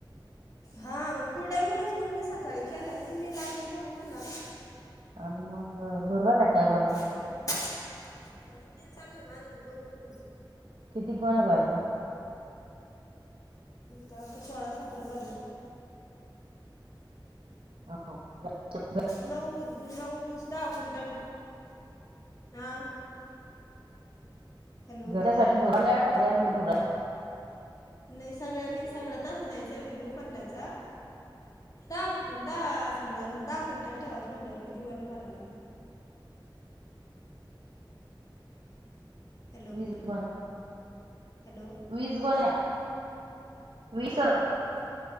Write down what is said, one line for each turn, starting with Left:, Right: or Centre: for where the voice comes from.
Left: हा कुरडयामुळेच मग मी सकाळी केला नाही मी लागली गहू <unintelligible> नाला.
Right: अन मंग भरवल्या का गोण्या?
Left: हो सकाळचं तेच चालू आहे माझं बी गहू उपनाचं.
Right: किती गोण्या भरल्या?
Left: का आता सोळा सतरा भरल्या.
Right: हा <unintelligible>
Left: नऊ नऊ दहा क्विंटल हा- हॅलो
Right: घरसाठी भराल्या का सगळ्याच भरूल्या.
Left: नाही सगळ्या नाही सगळ्या तस द्यायचं विनू पनल्याचा. दहा दहा समजा दहा क्विंटल ठेवाच म्हणल्यावर किती गोण्या भराला लागल? हॅलो
Right: वीस गोण्या.
Left: हॅलो.
Right: वीस गोण्या
Left: हा.
Right: वीस
Left: हा का.